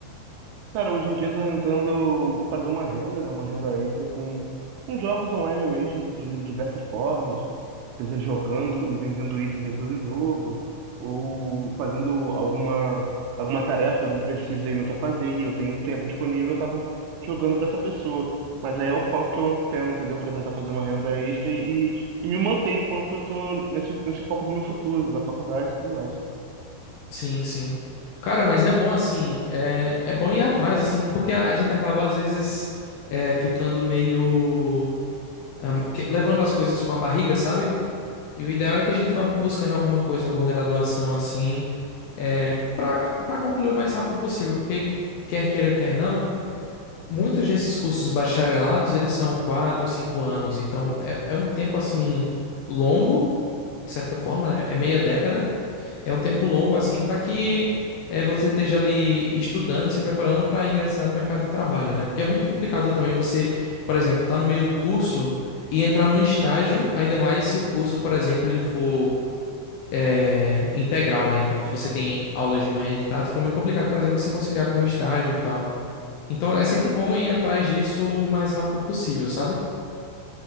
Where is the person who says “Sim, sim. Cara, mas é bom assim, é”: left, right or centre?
Left